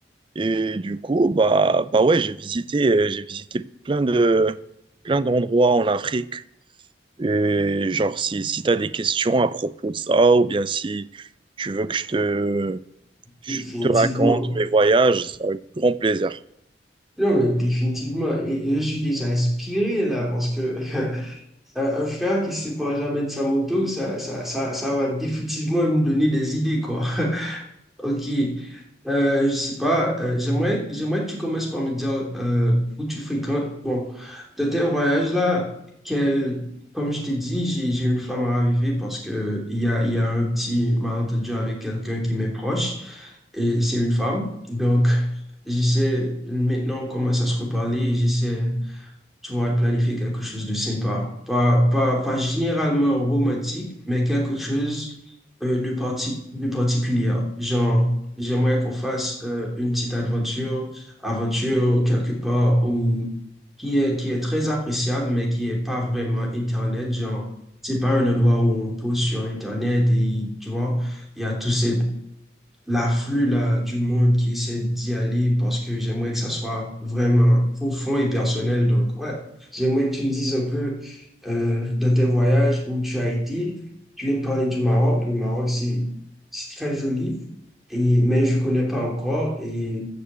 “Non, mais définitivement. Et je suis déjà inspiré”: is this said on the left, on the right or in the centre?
Centre